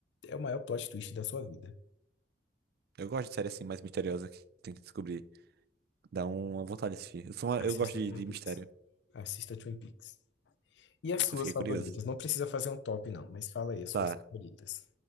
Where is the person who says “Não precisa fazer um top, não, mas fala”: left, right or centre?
Left